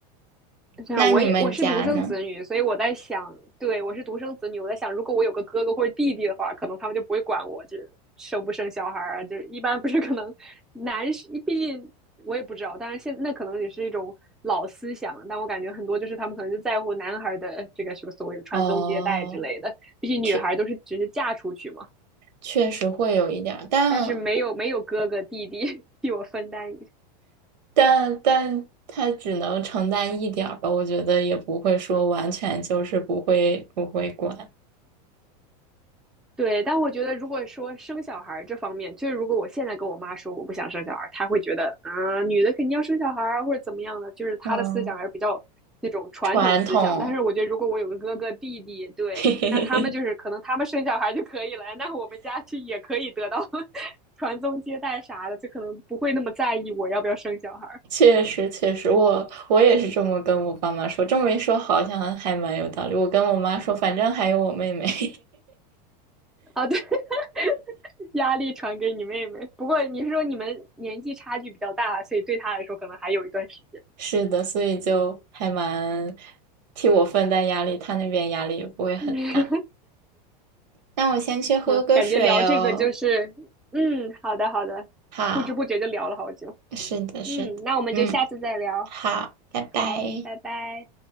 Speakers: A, in the centre; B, on the right.
A: 这样，
B: 那你们家呢？
A: 我也我是独生子女，所以我在想，对，我是独生子女，我在想，如果我有个哥哥或者弟弟的话，可能他们就不会管我，就是生不生小孩儿啊，就是一般不是可能男是，毕竟我也不知道，当然现那可能也是一种老思想，但我感觉很多就是他们可能就在乎男孩的这个什么所谓的传宗接代之类的，
B: 哦，
A: 毕竟女孩都是只是嫁出去嘛，
B: 确确实会有一点儿，但
A: 但是没有没有哥哥弟弟 <laughs> 替我分担
B: 但但他只能承担一点儿吧，我觉得也不会说完全就是不会不会管。
A: 对，但我觉得，如果说生小孩儿这方面，就是如果我现在跟我妈说我不想生小孩儿，她会觉得，嗯、女的肯定要生小孩儿啊或者怎么样的，就是她的思想还是比较那种传统思想。
B: 嗯，传统，
A: 但是我觉得，如果我有个哥哥弟弟，对，
B: <laughs> 嘿嘿嘿，
A: 那他们就是可能他们生小孩儿就可以了，那我们家就也可以得到 <laughs> 传宗接代啥的，就可能不会那么在意我要不要生小孩儿
B: 确实确实，我我也是这么跟我爸妈说，这么一说好像还蛮有道理。我跟我妈说，反正还有我妹妹。<laughs>
A: 啊。对，<laughs> 压力传给你妹妹。不过你是说你们年纪差距比较大，所以对她来说可能还有一段时间。<laughs>
B: 是的，所以就还蛮替我分担压力，他那边压力也不会很大。
A: 嗯
B: 那我先去喝个水哦。
A: 嗯，感觉聊这个就是，嗯，好的好的，
B: 好，
A: 不知不觉就聊了好久。
B: 是的，是的，
A: 嗯，那我们就下次再聊。
B: 嗯，好，拜拜。
A: 好，拜拜。